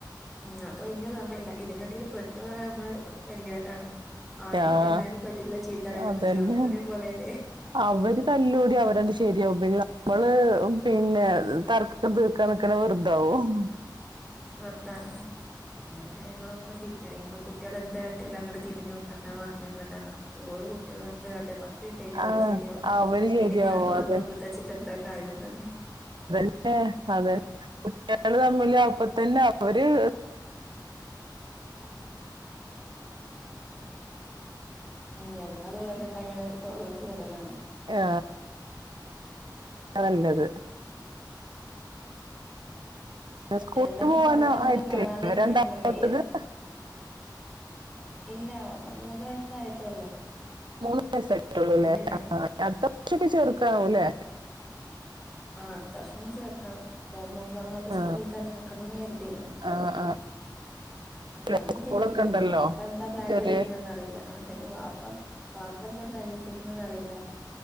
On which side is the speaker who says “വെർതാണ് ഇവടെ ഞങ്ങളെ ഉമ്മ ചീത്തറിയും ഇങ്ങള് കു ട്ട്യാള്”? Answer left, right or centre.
Centre